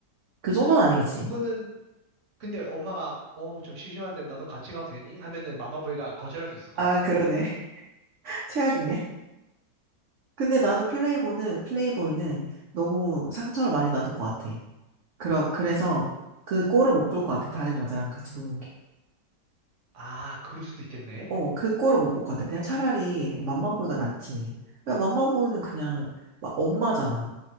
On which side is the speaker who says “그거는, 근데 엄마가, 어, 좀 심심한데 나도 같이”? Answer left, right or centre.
Right